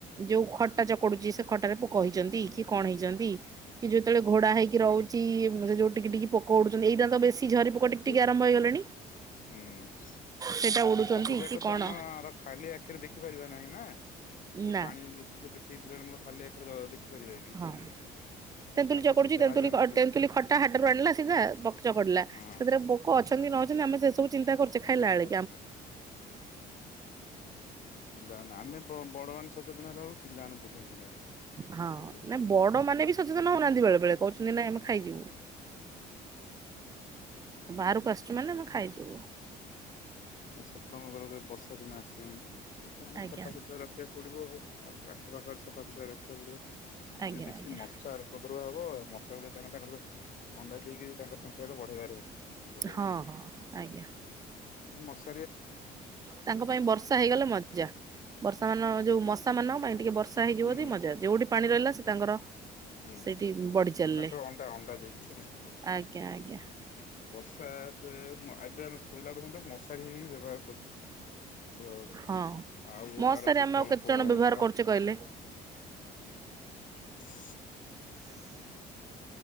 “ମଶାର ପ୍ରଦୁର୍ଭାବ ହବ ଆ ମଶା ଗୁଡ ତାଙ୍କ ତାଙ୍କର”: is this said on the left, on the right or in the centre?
Left